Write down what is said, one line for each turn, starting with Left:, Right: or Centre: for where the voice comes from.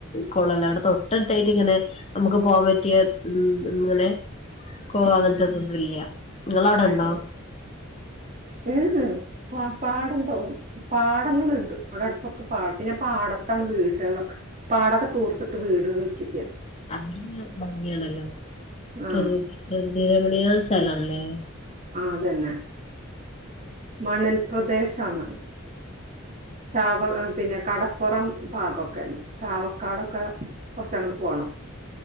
Left: കുളവു ള്ളെ ഇവിടെ തൊട്ടടുത്തായിട്ട് ഇങ്ങനെ നമുക്ക് പോവാൻ പറ്റിയ മഹ് ഇങ്ങനെ കോ
Right: ഉം
Left: അങ്ങനത്തെതൊന്നും ഇല്ല ഇങ്ങളവടെ
Right: അത്
Left: ഉണ്ടോ
Right: ശരി ഏഹ് പ പാടന്തോ പാടങ്ങളുണ്ട് അവിടെ അടുത്തൊക്കെ പാട പിന്നെ പാടത്താണ് വീടുകളൊക്കെ. പാടൊക്കെ തൂർത്തിട്ട് വീടുകള് വച്ചിക്ക
Left: അതു പിന്നെ ഭംഗിയാണല്ലോ പ്രകൃതി
Right: ആഹ്
Left: പ്രകൃതി രമണീയ സ്ഥലണല്ലേ
Right: ആഹ് അതന്നെ മണൽപ്രദേശം <unintelligible> ചാവ പിന്നെ കട പ്പുറം ഭാഗക്കെയാണ് ചാവക്കാടൊക്കെ കുറച്ചങ്ങട്ട് പോണം